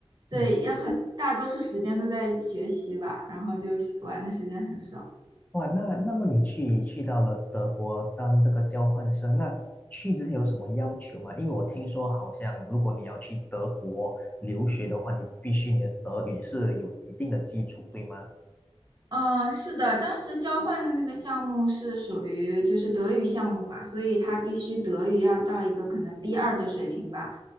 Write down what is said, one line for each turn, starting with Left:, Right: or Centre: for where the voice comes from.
Right: 对，
Left: 嗯。
Right: 也很大多数时间都在学习吧，然后就学玩的时间很少。
Left: 哇，那那么你去去到了德国当这个交换生，那去之前有什么要求吗？因为我听说好像如果你要去德国留学的话，你必须你的德语是有一定的基础，对吗？
Right: 嗯，是的，当时交换的那个项目是属于就是德语项目嘛，所以他必须德语要到一个可能 b 二的水平吧，